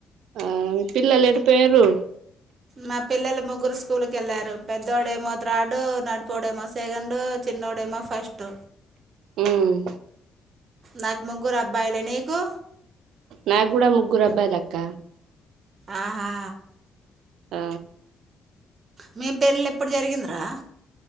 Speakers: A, on the right; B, on the right.
A: ఆ మీ పిల్లలు ఎటుపోయారు
B: మా పిల్లలు ముగ్గురు స్కూల్కి వెళ్లారు. పెద్దోడుమో త్రాడు నడిపుడేమో సెకండు చిన్నోడు ఏమో ఫస్ట్
A: ఉమ్
B: నాకు ముగ్గురు అబ్బాయిలే నీకు
A: నా కూడా ముగ్గురు అబ్బాయిలు అక్క
B: ఆహా
A: ఆ
B: మీ పెళ్లి ఎప్పుడు జరిగిందరా